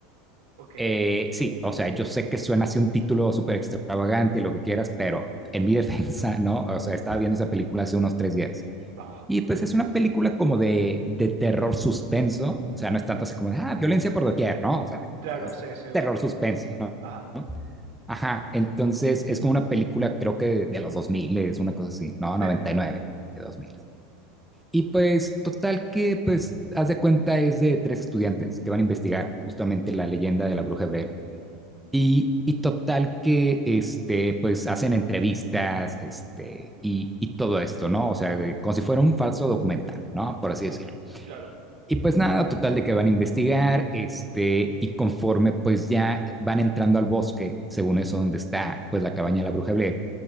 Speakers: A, on the right; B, in the centre.
A: ok,
B: Eh, sí, o sea, yo sé que suena así un título súper extravagante y lo que quieras, pero en mi <laughs> defensa, ¿no? O sea, estaba viendo esa película hace unos tres días.
A: va.
B: Y pues es una película como de, de terror suspenso, o sea, no es tanto así como de, ah, violencia por doquier, ¿no? O sea,
A: Claro,
B: es
A: sí, sí, ubico.
B: terror suspenso, ¿no?
A: Ajá,
B: Ajá, entonces es como una película, creo que de los 2000 es una cosa así, no, noventa
A: sí,
B: y nueve de 2000. Y pues total que, pues, haz de cuenta es de tres estudiantes que van a investigar justamente la leyenda de la bruja hebrea. Y, y total que, este, pues, hacen entrevistas, este, y, y todo esto, ¿no? O sea, de- como si fuera un falso documental, ¿no? Por así decirlo.
A: claro.
B: Y pues nada, total de que van a investigar, este, y conforme pues ya van entrando al bosque, según eso donde está pues la cabaña de la bruja Blair,